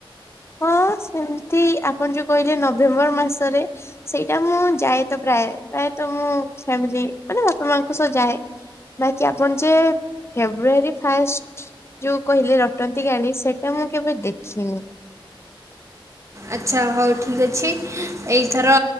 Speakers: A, on the left; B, on the right.
A: ହଁ ସେମିତି ଆପଣ ଯୋଉ କହିଲେ ନଭେମ୍ବର ମାସରେ ସେଇଟା ମୁଁ ଯାଇ ତ ପ୍ରାୟ ପ୍ରାୟତ ମୁଁ ଫାମିଲି ମାନେ ବାପା, ମାଙ୍କ ସହ ଯାଏ। ବାକିି ଆପଣ ଯେ ଫେବ୍ରୁଆରୀ ଫାଷ୍ଟ ଯୋଉ କହିଲେ ରଟନ୍ତି ଗାଳି ସେଇଟା ମୁଁ କେବେ ଦେଖିନି।
B: ଆଚ୍ଛା ହଉ ଠିକ୍ ଅଛି। ଏଇଥର